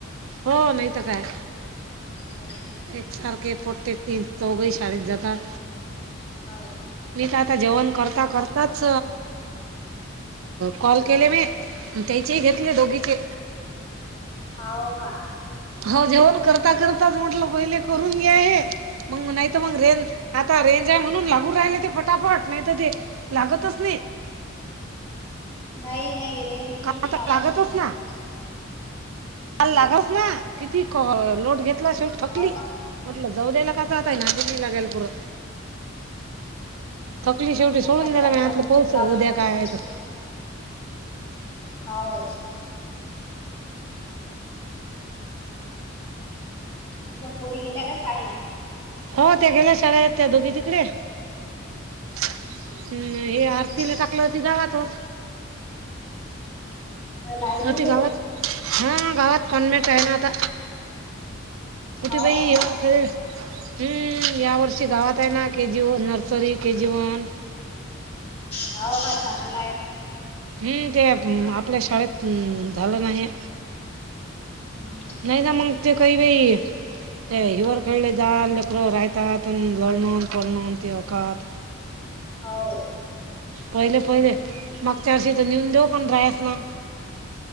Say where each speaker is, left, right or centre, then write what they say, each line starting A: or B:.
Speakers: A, on the right; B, on the left.
A: हो नाही तर काय
B: हो
A: एक सारखे पोट्टे तीन चौघही शाळेत जातात.
B: हो
A: मी तर आता जेवण करता करताच कॉल केले मी. त्यायचे घेतले दोघीचे.
B: हाव का.
A: हो जेवण करता करताच म्हटल पहिले करून घ्या हे. मग नाहीत मग रेंज आता रेंज आहे म्हणून लागू राहिले ते फटाफट नाहीतर ते लागतच नाही.
B: नाही नाही रेंज गेली
A: काल
B: की लागत
A: तर लागतच
B: नाही
A: ना
B: ते
A: काल
B: नाही.
A: लागच ना किती क लोट घेतला शेवटी थकली.
B: हो ना
A: म्हटलं जाऊ द्यायला काचाताय नाय <unintelligible> लागेल पुर थकली शेवटी
B: मग
A: सोडून
B: काल
A: दिला
B: चार
A: म
B: पाच
A: आतलं
B: फोन
A: पाोउच
B: लावले
A: उद्या काय आय तो
B: हाव तुमच्या पोरी गेल्या काय शाडेत
A: हो त्या गेल्या शाळेत त्या दोघी तिकडे हम्म हे
B: हम्म
A: आरतीला टाकलं ती गावातच
B: लायनीले
A: अ ती गावात हम्म गावात कॉन्मेट हाय ना आता कुठे
B: हाव
A: बाई
B: का
A: वरखळ हम्म यावर्षी गावात हाय ना K G nursery K G one
B: हाव का चांगला हाय ना
A: हूं ते आपल्या शाळेत झालं ना हे
B: हूं हम्म
A: नाय ना मंग ते काई बाई ते हिंवर खेळले जाल लेकर रायतात अनं लोळणन पोळनोन ते वकात
B: हाव
A: पहिले पहिले मागच्याा वर्षी त न्यून देऊ पण रायास न